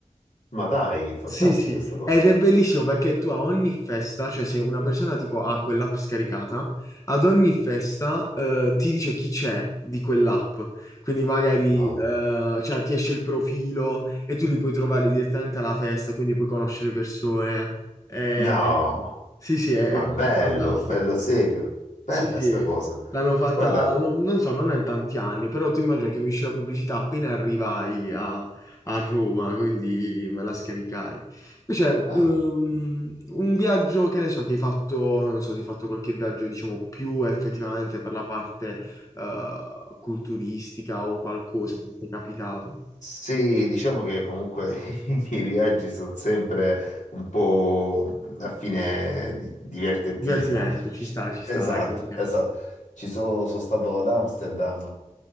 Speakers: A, on the left; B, on the left.
A: Ma dai, fantastico
B: Sì, sì,
A: sta cosa.
B: ed è bellissimo perché tu a ogni festa, cioè se una persona tipo ha quell'app scaricata, ad ogni festa eh, ti dice chi c'è di quell'app. Quindi magari
A: No.
B: eh, cioè, ti esce il profilo e tu li puoi trovare direttamente alla festa, quindi puoi conoscere persone. Eh,
A: No,
B: sì, sì, è,
A: ma
B: è fa-
A: bello,
B: è fantastico.
A: bello serio. Bella
B: Sì, sì,
A: sta cosa.
B: l'hanno fatta,
A: Guarda,
B: l'hanno- non so, non è tanti anni, però tu immagina che mi uscì la pubblicità appena arrivai a, a Roma, quindi me la scaricai. Invece,
A: ah,
B: ehm, un viaggio, che ne so, che hai fatto, non so se hai fatto qualche viaggio, diciamo, più effettivamente per la parte, eh, culturistica o qualcosa, se ti è capitato.
A: Sì, diciamo che comunque <laughs> i miei viaggi sono sempre un po' a fine di- divertentismo.
B: Divertimento, ci
A: Ci-
B: sta, ci sta,
A: esatto,
B: ecco perché.
A: esatto. Ci sono, sono stato ad Amsterdam